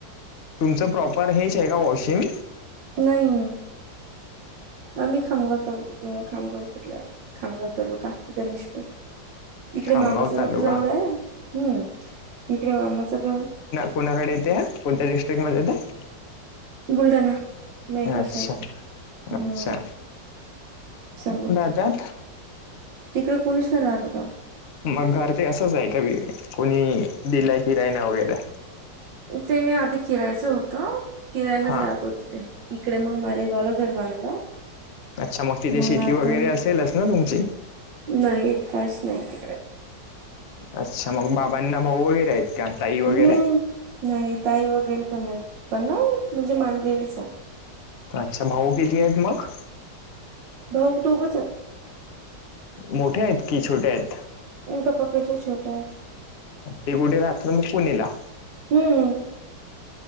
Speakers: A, on the left; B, on the right.
A: तुमचं प्रॉपर हेच आहे का वॉशिंग?
B: नाही. आम्ही खामगाव तालुका खामगाव कडल्या खामगाव तालुका गणेशपूर इकडे
A: खामगाव
B: मामाचं
A: तालुका
B: गाव जावडा आहे. हम्म इकडे मामाचं गाव.
A: कुणाकडे इथे कोणत्या डिस्ट्रिक्ट मध्येे येत?
B: बुलढाणा मेकर
A: अच्छा
B: साईडला हम्म
A: अच्छा
B: समर.
A: जात.
B: तिकडे कोणीच नाही राहत आता.
A: मग घर ते असंच आहे का कोणी दिलाय किराय ना वगैरे?
B: ते आधी किरायचं होतं किरायनच
A: हा
B: राहत होत. ते इकडे मग मले झालं घर बांधलं
A: अच्छा तिथे
B: मग
A: शेती
B: आता
A: वगैरे असेलच ना तुमची
B: नाही काहीच नाही तिकडे.
A: अच्छा मग बाबांना भाऊ वगैरे आहेत. का ताई वगैरे?
B: हम्म नाही ताई वगैरे पण नाही पण ना म्हणजे मानलेलीच आ.
A: अच्छा भाऊ किती आहेत मग?
B: भाऊ दोघच
A: मोठे आहेत की छोटे आहेत?
B: म पप्पा पेक्षा छोटे आहेत.
A: ते कुठे राहत मग पुणेला?
B: हम्म.